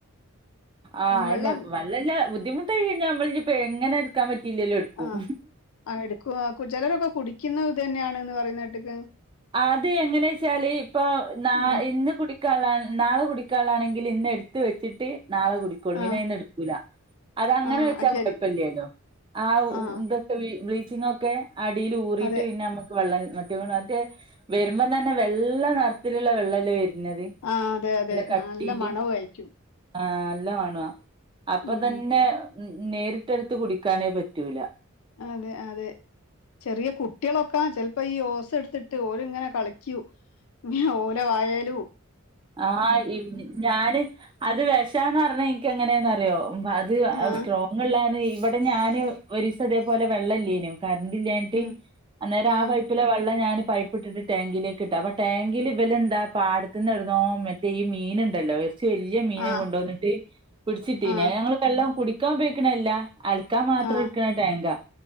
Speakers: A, on the right; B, on the left.
A: ആഹ് അയന്നെ
B: വെള്ളം
A: വള്ളല്ല ബുദ്ധിമുട്ടായി കയ്ഞ്ഞ ഞമ്മൾ ഇഞ്ഞിപ്പ എങ്ങനെ ക്കാൻ പറ്റില്ലേലും എട്ക്കും
B: ആഹ് ആഹ് എടുക്കും ആക്കും ചെലെരൊക്കെ കുടിക്കുന്ന ഇതെന്ന്യാണന്ന് പറയ്ന്നേട്ടിക്ക്
A: ആത് എങ്ങെനേച്ചാല് ഇപ്പോ ന്നാ
B: ഉം
A: ഇന്ന് കുടി ക്കാള്ളാ നാളെ കുടിക്കാള്ളാണെങ്കിൽ ഇന്ന് എട്ത് വെച്ചിട്ട് നാളെകുടി കൊള്ളു പിന്നെ
B: ആഹ്
A: അയ്‌ന്ന് ഇട്ക്കൂല അതങ്ങനെ
B: ആഹ്
A: വെച്ചാകൊയ്പ്പല്ല്യേലോ
B: അത് ശരി
A: ആ വു
B: ആഹ്
A: ന്ത് ബ്ലീച്ചിങ്ങൊക്കെ അടീൽ ഊറീട്ട്
B: അതെ
A: പിന്നമ്മക്ക് വെള്ളം മറ്റ മറ്റേ വെരുമ്പം തന്നെ വെള്ള നെർത്തിലിള്ള വെള്ളല്ലേ വെര്നത് നല്ല
B: ആഹ് അതെ അതെ
A: കട്ടീല്
B: നല്ല മണവു ആയിരിക്കും
A: ആഹ് ല്ല മണുവാ അപ്പൊ
B: ഉം
A: തന്നെ നേരിട്ടെടുത്ത് കുടിക്കാനേ പറ്റൂല
B: അതെ അതെ ചെറിയെ കുട്ട്യളൊക്ക ചെൽപ്പൊ ഈ ഓസെട്ത്തിട്ട് ഓരിങ്ങനെ കളിക്കൂ ഓലെ വായേലു
A: ആഹ് ഇ ഞാന് അത് വിഷാന്നർഞ്ഞെ ഇൻക്ക് എങ്ങനേന്നറിയോ അത് ഏഹ്
B: ആഹ്
A: സ്ട്രോ അങ്ങള്ളേന്ന് ഇവിടെ ഞാന് ഒരീസെ ഇതേപോലെ വെള്ളെല്ല്യേനു കര്ന്റില്ല്യാഞ്ട്ട്
B: ഉം
A: അന്നേരം
B: ആഹ്
A: ആ പൈ പ്പിലെ വെള്ള ഞാന് പൈപ്പിട്ടിട്ട് ടാങ്കിലേക്ക് ഇട്ട് അപ്പ ടാങ്കില് ഇവെലെന്താ പാടത്തിന്നിട് നോ മറ്റേ ഈ മീനിണ്ടല്ലോ വേസ് ചെല്ല്യെ മീനെ
B: ആഹ്
A: കൊണ്ടോന്നിട്ട് പിട്ച്ചിട്ടീനി
B: ആഹ്
A: അ ഞങ്ങള് വെള്ളം കുടിക്കാൻ ഉപയ്ഗിക്കിണല്ല അൽക്കാമാത്രം
B: ആഹ്
A: ഇക്ക്ണ ടാങ്കാ